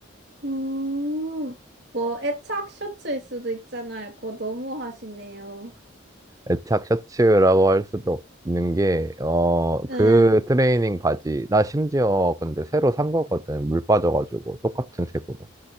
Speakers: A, on the right; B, on the right.
A: 음, 뭐 애착 셔츠일 수도 있잖아요. 그거 너무 하시네요.
B: 애착 셔츠라고 할 수도 없는 게, 어,
A: 응.
B: 그 트레이닝 바지. 나 심지어 근데 새로 산 거거든. 물 빠져가지고. 똑같은 색으로.